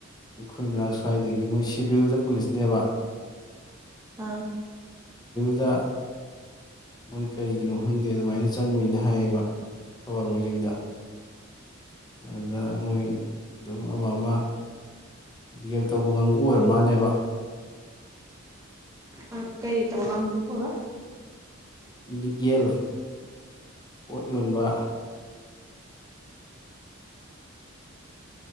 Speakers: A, on the left (about 20°); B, on the right (about 15°).
A: ꯑꯩꯈꯣꯏ ꯃꯅꯥꯛ ꯁ꯭ꯋꯥꯏꯗꯒꯤ ꯃꯣꯏ ꯁꯤꯚꯤꯜꯗ ꯄꯨꯂꯤꯁꯅꯦꯕ
B: ꯑꯥ
A: ꯗ ꯃꯣꯏ ꯀꯔꯤꯒꯤꯅꯣ ꯈꯪꯗꯦ ꯑꯗꯨꯃꯥꯏꯅ ꯆꯪꯉꯨꯏꯅ ꯍꯥꯏꯌꯦꯕ ꯊꯧꯕꯥꯜ ꯃꯣꯏꯖꯤꯡꯗ ꯑꯗꯨꯗ ꯃꯣꯏ ꯑꯗꯨꯝ ꯑꯃ ꯑꯃ ꯕꯤ ꯑꯦꯐ ꯊꯧꯕ ꯀꯥꯡꯕꯨꯨ ꯑꯣꯏꯔ ꯃꯥꯜꯅꯦꯕ
B: ꯑ ꯀꯩ ꯊꯧꯕ ꯀꯥꯡꯕꯨ ꯍꯥꯏꯕ
A: ꯏꯂꯤꯒꯦꯜ ꯄꯣꯠ ꯌꯣꯟꯕ